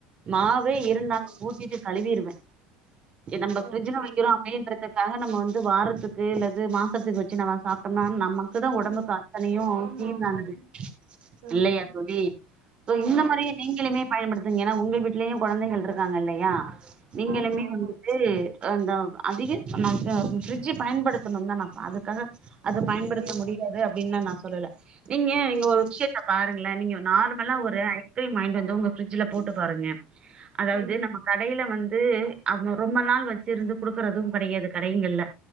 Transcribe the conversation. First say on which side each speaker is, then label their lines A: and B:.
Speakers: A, on the right; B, on the right.
A: மாவே
B: ஓ
A: இருந்தாலும்
B: சரி சரி
A: ஊத்திட்டு கழுவிறுவேன் ஏ நம்ப
B: ஓ
A: ஃபிரிட்ஜில
B: அப்டிங்களா
A: வெக்கிறோம் அப்டின்றது க்காக நம்ம வந்து வாரத்துக்குல்லது மாசத்துக்கு வெச்சி நம்ம சாப்ட்டோம்னா அதுக்குதான் உடம்புக்கு
B: ம்
A: அத்தனையும்
B: ஆமா
A: தீங்கானது
B: ஆமா ஆமா
A: இல்லையா தோழி சோஇந்த
B: ஆமா
A: மாரியே
B: ஆமா
A: நீங்களுமே பயன்படுத்துங்க ஏன்னா உங்க வீட்லயும் கொழந்தைகள் இருக்காங்க இல்லையா நீங்களுமே
B: ஆமா ஆமா
A: வந்துட்டு அந்த அதிக நம்ப அ ஃப்ரிட்ஜ பயன்படுத்தணும்னு தான் நான் அதுக்காக அது
B: ம்
A: முடியாது அப்டின்னுலா நான் சொல்லல நீங்க
B: ம்
A: நீங்க
B: ம்
A: ஒரு விஷயத்த பாருங்கள நீங்க நார்மலா
B: ம்
A: ஒரு ஐ ஐஸ்கீரிம் வாங்கிட்டு வந்து உங்க ஃபிரிட்ஜ்ல போட்டு பாருங்க அதாவது
B: ம்
A: நம்ம கடையில வந்து அவுங்க ரொம்ப நாள் வச்சுிருந்து குடுக்குறதும் கடையாது கடைங்கள்ல